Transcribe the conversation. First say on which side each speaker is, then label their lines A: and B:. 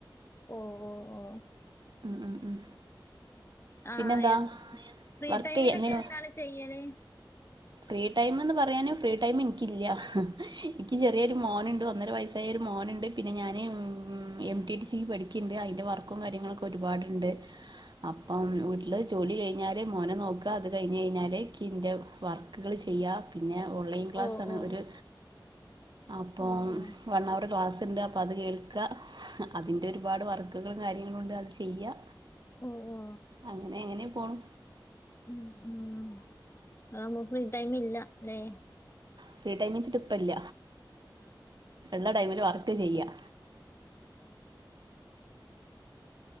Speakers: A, on the left; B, on the right.
A: ഓ ഓഓ
B: ഉ ഉം ഉം
A: ആ
B: പിന്നെന്താ
A: എന് ഫ്രീ
B: വർക്ക്
A: ടൈമിലൊക്കെ
B: ചെയ്യ എന്തേലും
A: എന്താണ് ചെയ്യല്?
B: ഫ്രീ ടൈമ്ന്ന് പറയാന് ഫ്രീ ടൈം ഇൻക്കില്യ ഇക്ക് ചെറിയൊരു മോനുണ്ട് ഒന്നര വയസ്സായ ഒരു മോന്ണ്ട്. പിന്നെ ഞൻ എം ടി ടി സി ക്ക് പഠിക്കിണ്ട് അതിൻ്റെ വർക്കും കാര്യങ്ങളൊക്കെ ഒരുപാടുണ്ട്. അപ്പം വീട്ടിൽ ജോലി കഴിഞ്ഞാൽ മോനെ നോക്ക അത് കഴിഞ്ഞ് കഴിഞ്ഞാൽ കിൻ്റെ വർക്ക്. വർക്കുകൾ ചെയ്യ പിന്നെ ഓൺലൈൻ ക്ലാസാണ്
A: ഓ ഓ
B: ഒരു. അപ്പോ
A: ഓ ഓ
B: വൺ അവർ ക്ലാസ്ണ്ട് അപ്പോ അത് കേൾ ക്ക അതിൻ്റെ ഒരുപാട് വർക്കുകളും കാര്യങ്ങളും ഉണ്ട് അത് ചെയ്യ
A: ഓ ഓ
B: അങ്ങനെ അങ്ങനെ പോണു.
A: ഉം ഉം അതാവുമ്പ ഫ്രീ ടൈം ഇല്ല ലേ?
B: ഫ്രീ ടൈമിച്ചിട്ട ഇപ്പല്ല
A: ആഹ് അതെ അതെ
B: ള്ളടൈമില് വർക്ക് ചെയ്യാ.
A: ആ ഓ അതെ അതെ.